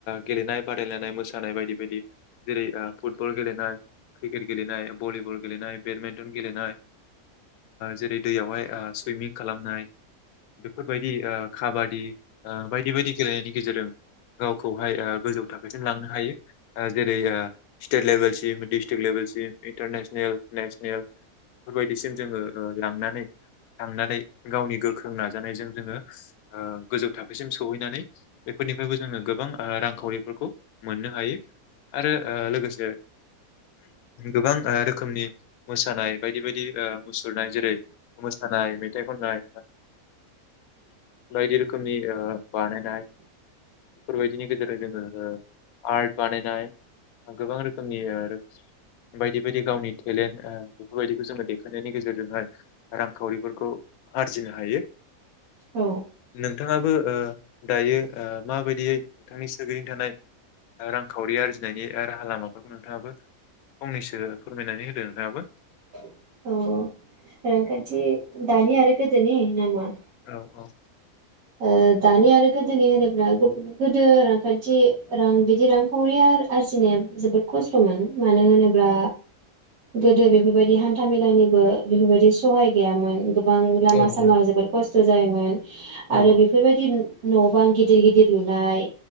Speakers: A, on the left (about 80°); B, on the right (about 75°).
A: गेलेनाय बादायलायनाय मोसानाय बायदि बायदि जेरै फुटबल गेलेनाय क्रिकेट गेलेनाय भलिबल गेलेनाय। बेडमिन्टन गेलेनाय जेरै। दैयावहाय सुइमिं खालामनाय। बेफोरबायदि ओ खाबादि। बायदि बायदि गेलेनायनि गेजेरजों गावखौ। बेवहाय गोजौ थाखोसिम लांनो हायो। जेरै ओ स्टेट लेभेलसिम डिस्ट्रिक लेभेलसिम इन्टारनेसनेल। नेसनेल बेबायदिसिम जोङो लांनानै थांनानै गावनि गोख्रों नाजानायजों जोङो गोजौ थाखोसिम सहैनानै बेफोरनिफ्रायबो जोङो गोबां रांखावरिफोरखौ मोननो हायो। आरो ओ लोगोसे। गोबां रोखोमनि। मोसानाय बायदि बायदि मुसुरनाय जेरै मोसानाय मेथाइ खननाय बायदि रोखोमनि ओ बानायनाय। बेफोरबायदिनि गेजेरजों जोंङो ओ। आर्ट बानायनाय गोबां रोखोम। रोखोमनि आरो। बायदि बायदि गावनि। टेलेन्ट बेफोरबायदिखौ जोङो देखायनायनि गेजेरजोंहाय रांखावरिफोरखौ आरजिनो हायो।
B: औ
A: नोंथाङाबो। दायो माबायदियै नोंथांनि सोरगिदिं थानाय रांखावरि आरजिनायनि राहा लामाफोरखौ नोंथाङाबो फंनैसो फोरमायनानै होदो। दों नोंथाङाबो।
B: अ रांखान्थि दानि आरो गोदोनि नामा।
A: औ औ।
B: ओ दानि आरो गोदोनिहोनो। गोदो रांखान्थि रां बिदि रांखावरिया आरजिनाया जोबोद खस्थमोन मानो होनोब्ला गोदो बेफोरबायदि हान्थामेलानिबो बेफोरबायदि सहाय गैयामोन। गोबां
A: औ
B: लामा
A: औ
B: सामा जोबोर खस्थ। खस्थ जायोमोन। आरो
A: औ
B: बेफोरबायदि। न बां गिदिर गिदिर लुनाय।